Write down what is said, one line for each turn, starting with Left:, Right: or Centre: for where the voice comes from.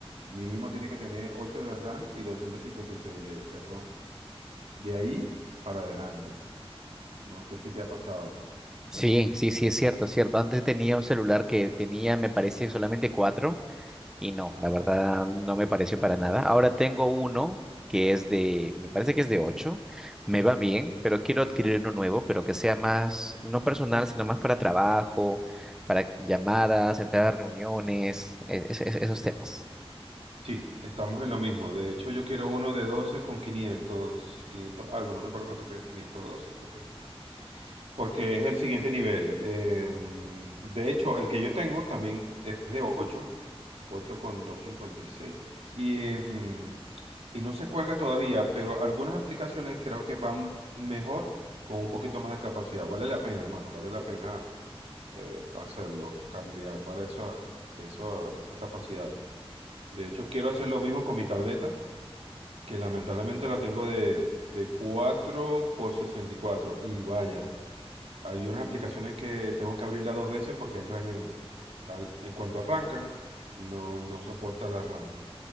Right: mínimo tiene que tener 8 de RAM y 256 de, de ROM. De ahí para adelante. No sé si te ha pasado.
Centre: sí, sí, sí, es cierto, es cierto. Antes tenía un celular que tenía, me parece, solamente cuatro. Y no,
Right: Ajá.
Centre: la verdad no me pareció para nada. Ahora tengo uno que es de, me parece que es de 8, me va bien, pero quiero adquirir uno nuevo, pero que sea más, no personal, sino más para trabajo, para llamadas, entrar a reuniones, e- es- es- esos temas.
Right: Sí, estamos en lo mismo. De hecho, yo quiero uno de 12 con quinientos quinientos algo, no me acuerdo cuánto que, 512 creo que. porque es el siguiente nivel. Em, de hecho, el que yo tengo también es de ocho, ocho con doscientos cincuenta Y, seis. Y, em, y no se cuelga todavía, pero algunas aplicaciones creo que van mejor con un poquito más de capacidad. Vale la pena, hermano, vale la pena eh, hacerlo, cambiar para eso, eso, esas capacidades. De hecho, quiero hacer lo mismo con mi tableta, que lamentablemente la tengo de, de 4 por 64 y vaya. Hay unas aplicaciones que tengo que abrirla dos veces porque entran en, al- eh, cuando arrancan, no, no soporta la RAM.